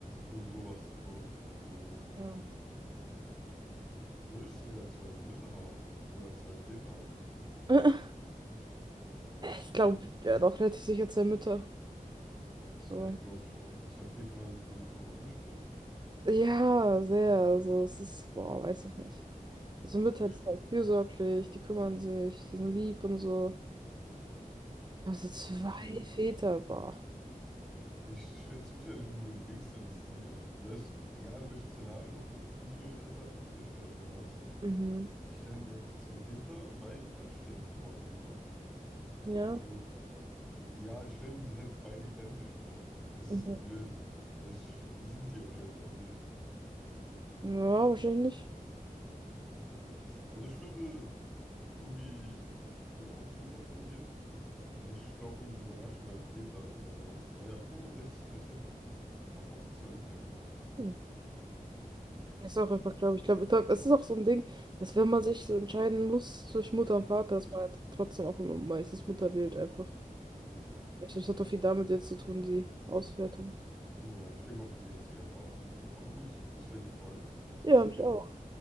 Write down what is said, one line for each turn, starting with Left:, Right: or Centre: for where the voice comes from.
Centre: irgendwie sowas, ne? Also,
Right: Ja.
Centre: so, würdest du eher zwei Mütter haben oder zwei Väter haben?
Right: <laughs> Ich glaube, ja, doch relativ sicher zwei Mütter. So.
Centre: Ja, glaube ich auch. Zwei Väter hören sich irgendwie so anstrengend an.
Right: Ja, sehr. Also es ist, boah, weiß ich nicht. Also Mütter,
Centre: Ich,
Right: die sind halt fürsorglich, die kümmern sich, die sind lieb und so. Also zwei
Centre: ja, also,
Right: Väter, boah.
Centre: ich, stell- es muss ja nicht unbedingt Dings sein, dass die, also selbst, egal in welchem Szenario, ob du jetzt gute Eltern oder schlechte Eltern hast,
Right: Mhm.
Centre: ich stelle mir einfach zwei Väter und beiden anstrengend vor, einfach. So,
Right: Ja.
Centre: also, also ja, ich stelle mir die halt beide identisch vor. Das ist
Right: Mhm.
Centre: das Problem. Weil ich, aber sind die ja wahrscheinlich auch nicht.
Right: Ja, wahrscheinlich nicht.
Centre: Ja, also ich finde, irgendwie, ich würde auch zur Mutter tendieren. Aber ich glaube, irgendwie überraschend wären Väter sehr nice. Aber ja, 65% haben auch zwei Mütter gesagt.
Right: Hm.
Centre: Ja.
Right: Ist auch einfach, glaube ich, glaube, ich glaub, es ist auch so ein Ding, dass wenn man sich so entscheiden muss zwischen Mutter und Vater,
Centre: Mhm.
Right: dass man halt trotzdem auch immer meistens Mutter wählt einfach.
Centre: Ja.
Right: Ich glaube, es hat doch viel damit jetzt zu tun, die Auswertung.
Centre: Ja, ich denke auch für die jetzige Erfahrung. Aber gut, hat mich sehr gefreut, mit dir
Right: Ja,
Centre: zu spielen.
Right: mich auch.